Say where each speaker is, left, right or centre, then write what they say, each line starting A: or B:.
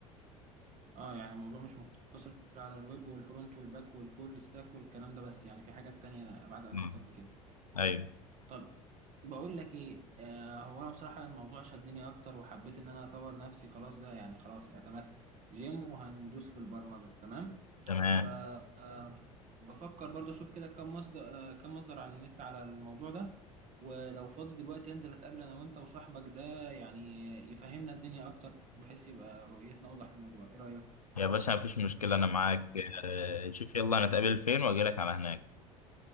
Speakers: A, on the right; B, on the left.
A: اه يعني الموضوع مش مقتصر على الويب والفرونت والباك والفول ستاك والكلام ده بس يعني في حاجات تانية ابعد اكتر
B: مم.
A: من كده
B: ايوه
A: طب بقول لك ايه آه هو انا بصراحة الموضوع شدني اكتر وحبيت ان انا اطور نفسي خلاص ده يعني خلاص اعتمدت جيم وهندوس في البرمجة تمام
B: تمام
A: ف آه، بفكر برضه اشوف كده كم مصدر آه كم مصدر على النت على الموضوع ده ولو فاضي دلوقتي انزل اتقابل انا وانت وصاحبك ده يعني يفهمنا الدنيا اكتر بحيث يبقى رؤيتنا اوضح الموضوع ايه رأيك
B: يا باشا مفيش مشكلة انا معاك آه شوف يلا انا اتقابل فين واجيلك على هناك